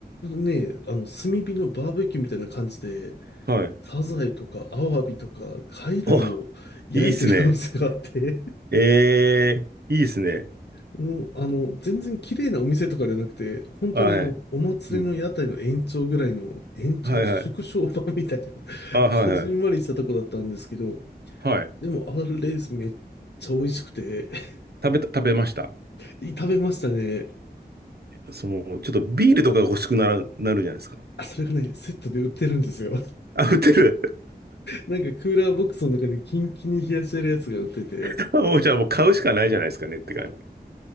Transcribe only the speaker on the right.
はい。
あ、いいっすね。ええ、いいっすね。
はい、
うん、
はい、
はい、
あ、はい、
はい。はい。
食べた、食べました
その、ちょっとビールとかが欲しくなら、なるじゃないですか。
あ、売ってる。
<laughs> もうじゃあもう買うしかないじゃないですかねって感じ。